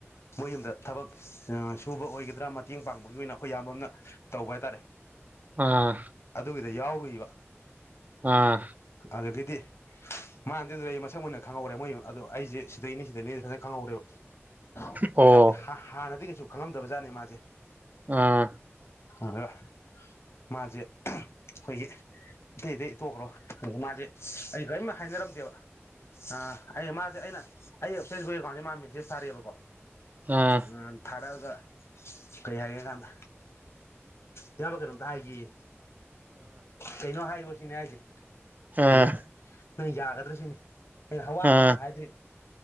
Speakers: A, on the left; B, on the right.
A: ꯃꯣꯏ ꯌꯨꯝꯗ ꯊꯕꯛ ꯑꯥ ꯁꯨꯕ ꯑꯣꯏꯒꯗ꯭ꯔꯥ ꯃꯇꯦꯡ ꯄꯥꯡꯕꯒꯤ ꯑꯣꯏꯅ ꯑꯈꯣꯏ ꯏꯌꯥꯝꯕ ꯑꯃꯅ ꯇꯧꯕ ꯍꯥꯏꯇꯔꯦ
B: ꯑꯥ
A: ꯑꯗꯨꯒꯤꯗ ꯌꯥꯎꯔꯨꯏꯕ
B: ꯑꯥ
A: ꯑꯗꯒꯤꯗꯤ ꯃꯥꯟꯗꯤ ꯑꯗꯨꯗꯤ ꯑꯩ ꯃꯁꯛ ꯃꯨꯟꯅ ꯈꯪꯍꯧꯔꯦ ꯃꯣꯏ ꯑꯗꯣ ꯑꯩꯖꯦ ꯁꯤꯗꯩꯅꯤ ꯁꯤꯗꯩꯅꯦꯖꯦ ꯐꯖꯟꯅ ꯈꯪꯍꯧꯔꯦꯕ
B: ꯑꯣ
A: ꯍꯥꯏꯗꯤ ꯍꯥꯟꯅꯗꯤ ꯀꯩꯁꯨ ꯈꯪꯉꯝꯗꯕ ꯖꯠꯅꯤ ꯃꯥꯖꯦ
B: ꯑꯥ
A: ꯑꯗ ꯃꯥꯖꯦ ꯑꯈꯣꯏꯒꯤ ꯑꯇꯩ ꯑꯇꯩ ꯇꯣꯛꯈ꯭ꯔꯣ ꯑꯗ ꯃꯥꯖꯦ ꯑꯩ ꯀꯔꯤꯝ ꯍꯥꯏꯅꯔꯝꯗꯦꯕ ꯑꯥ ꯑꯩ ꯃꯥꯖꯦ ꯑꯩꯅ ꯑꯩ ꯐꯦꯁꯕꯨꯛ ꯑꯦꯀꯥꯎꯟꯖꯦ ꯃꯥꯟ ꯃꯦꯁꯦꯁ ꯊꯥꯔꯛꯑꯦꯕꯀꯣ
B: ꯑꯥ
A: ꯑꯥ ꯊꯔꯛꯑꯒ ꯀꯩ ꯍꯥꯏꯒꯦ ꯀꯥꯟꯗ ꯏꯌꯥꯝꯕ ꯀꯩꯅꯣꯝꯇ ꯍꯥꯏꯒꯦꯌꯦ ꯀꯩꯅꯣ ꯍꯥꯏꯌꯣ ꯁꯤꯅꯦ ꯍꯥꯏꯖꯦ
B: ꯑꯥ
A: ꯗꯩꯗꯤ ꯅꯪ ꯌꯥꯒꯗ꯭ꯔꯥ ꯁꯤꯅꯤ ꯍꯋꯥꯗꯣ
B: ꯑꯥ
A: ꯍꯥꯟꯅ
B: ꯑꯥ
A: ꯍꯥꯏꯗ꯭ꯔꯤ